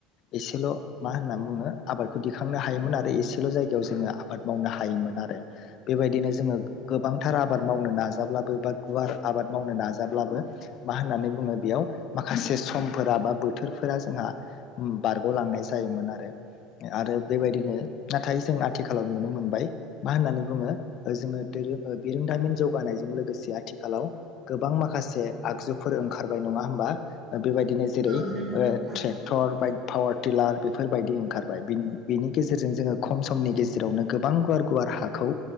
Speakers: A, on the left (about 50°); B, on the right (about 30°).
A: एसेल' मा होननानै बुङो आबादखौ दिखांनो हायोमोन आरो एसेल' जायगायाव जोङो आबाद मावनो हायोमोन आरो। बेबायदिनो जोङो गोबांथार आबा आबाद मावनो नाजाब्लाबो बा गुवार आबाद मावनो नाजाब्लाबो मा होननानै बुङो बेयाव माखासे समफोरा बा बोथोरफोरा जोंहा बारग'लांनाय जायोमोन आरो । आरो बेबायदिनो नाथाय जों आथिखालाव नुनो मोनबाय मा होननानै बुङो जोङो दोर बिरोंदामिन जौगानायजों लोगोसे आथिखालाव गोबां माखासे आगजुफोर ओंखारबाय नङा होमबा? बेबायदिनो जेरै
B: औ नंगौ नोंथां
A: ट्रेक्टर बाइक पावार टिलार बेफोरबायदि ओंखारबाय बेनि गेजेरजों जोङो खम समनि गेजेरावनो गोबां गुवार गुवार हाखौ